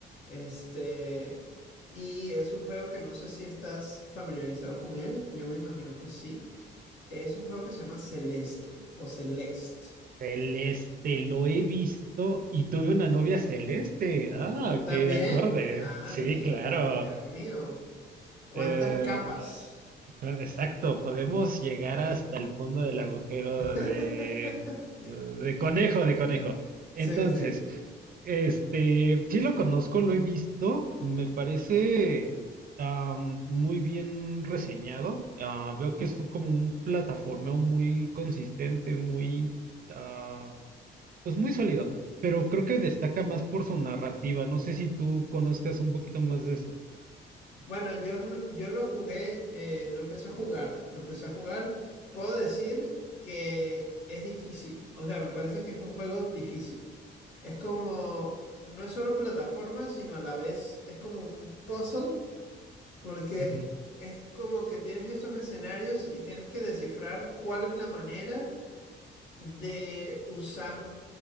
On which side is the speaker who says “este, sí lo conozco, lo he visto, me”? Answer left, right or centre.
Right